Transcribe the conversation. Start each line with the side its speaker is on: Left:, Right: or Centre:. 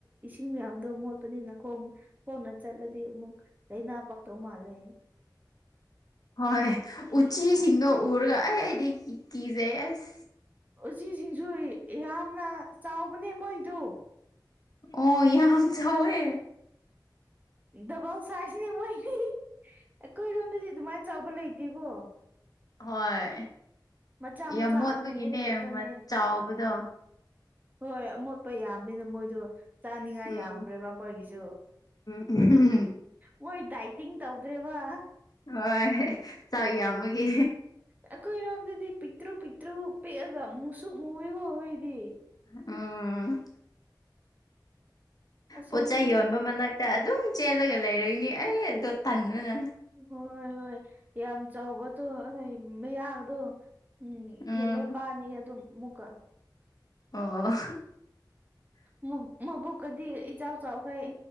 Right: ꯏꯁꯤꯡ ꯃꯌꯥꯝꯗꯣ ꯃꯣꯠꯄꯅꯤꯅ ꯈꯣꯡ ꯈꯣꯡꯅ ꯆꯠꯂꯗꯤ ꯑꯃꯨꯛ ꯂꯩꯅꯥ ꯄꯛꯇꯧ ꯃꯥꯜꯂꯦ
Left: ꯍꯣꯏ ꯎꯆꯤꯁꯤꯡꯗꯣ ꯎꯔꯒ ꯑꯩ ꯑꯩꯗꯤ ꯀꯤꯖꯩ ꯑꯁ
Right: ꯎꯆꯤꯁꯤꯡꯁꯨ ꯌꯥꯝꯅ ꯆꯥꯎꯕꯅꯦ ꯃꯣꯏꯗꯨ
Left: ꯑꯣ ꯌꯥꯝ ꯆꯥꯎꯋꯦ
Right: ꯗꯕꯜ ꯁꯥꯏꯖꯅꯦ ꯃꯣꯏꯒꯤ ꯑꯩꯈꯣꯏꯔꯣꯝꯗꯗꯤ ꯑꯗꯨꯃꯥꯏ ꯆꯥꯎꯕ ꯂꯩꯇꯦꯀꯣ
Left: ꯍꯣꯏ
Right: ꯃꯆꯥ
Left: ꯌꯥꯝ
Right: ꯃꯆꯥ
Left: ꯃꯣꯠꯄꯒꯤꯅꯦ
Right: ꯑꯃꯨꯕꯗꯣ ꯈꯛꯇꯅꯦ
Left: ꯃ ꯆꯥꯎꯕꯗꯣ
Right: ꯍꯣꯏ ꯑꯃꯣꯠꯄ ꯌꯥꯝꯕꯅꯤꯅ ꯃꯣꯏꯗꯣ ꯆꯥꯅꯤꯡꯉꯥꯏ
Left: ꯎꯝ
Right: ꯌꯥꯝꯒ꯭ꯔꯦꯕ ꯃꯣꯏꯒꯤꯖꯨ
Left: ꯎꯝ
Right: ꯃꯣꯏ ꯗꯥꯏꯇꯤꯡ ꯇꯧꯗ꯭ꯔꯤꯕ
Left: ꯍꯣꯏ ꯆꯥꯛ ꯌꯥꯝꯕꯒꯤ
Right: ꯑꯩꯈꯣꯏ ꯔꯣꯝꯗꯗꯤ ꯄꯤꯛꯇ꯭ꯔꯨ ꯄꯤꯛꯇ꯭ꯔꯨ ꯄꯤꯛꯑꯒ ꯃꯨꯁꯨꯛ ꯃꯨꯏꯋꯦꯀꯣ ꯑꯈꯣꯏꯒꯤꯗꯤ
Left: ꯎꯝ
Right: ꯑꯁꯣꯝꯗꯗꯤ
Left: ꯄꯣꯠꯆꯩꯩ ꯌꯣꯟꯕ ꯃꯅꯥꯛ ꯇ ꯑꯗꯨꯝ ꯆꯦꯜꯂꯒ ꯂꯩꯔꯅꯤ ꯑꯩ ꯑꯗꯣ ꯇꯟꯕꯅ
Right: ꯍꯣꯏ ꯍꯣꯏ ꯌꯥꯝ ꯆꯥꯎꯕꯗꯣ ꯑꯩꯈꯣꯏ ꯃꯌꯥꯒꯗꯣ ꯎꯝ
Left: ꯎꯝ
Right: ꯌꯦꯜꯂꯣ ꯀꯥꯅꯤ ꯑꯗꯨꯝ ꯃꯨꯛꯀ
Left: ꯑꯣ
Right: ꯃꯨ ꯃꯕꯨꯛ ꯀꯗꯤ ꯏꯆꯥꯎ ꯆꯥꯎꯈꯩ